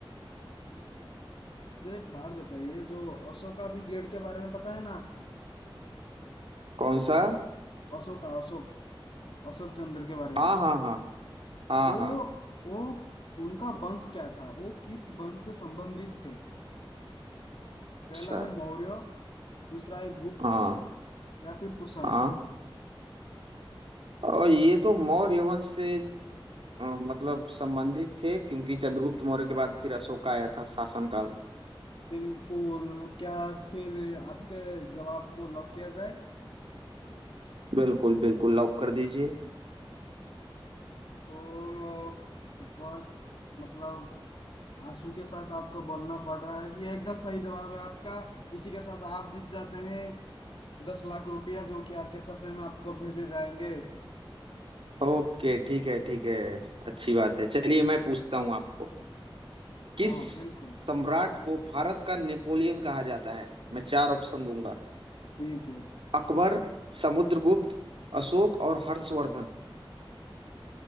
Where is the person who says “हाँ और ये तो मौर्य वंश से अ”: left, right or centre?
Right